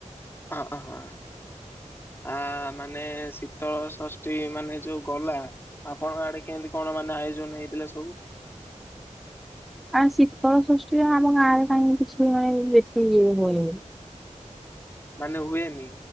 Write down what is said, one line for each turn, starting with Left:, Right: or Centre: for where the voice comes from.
Left: ହ ହ। ଆ ମାନେ ଶୀତଳ ଷଷ୍ଠୀ ମାନେ ଯୋଉ ଗଲା! ଆପଣଙ୍କ ଆଡେ କେଁତି କଣ ମାନେ ଆୟୋଜନ ହେଇଥିଲା ସବୁ?
Centre: ଆ ଶୀତଳ ଷଷ୍ଠୀରେ ରେ, ଆମ ଗାଁରେ କାହିଁ କିଛି ମାନେ ବେଶୀ ଇଏ ହୁଏନି।
Left: ମାନେ ହୁଏନି।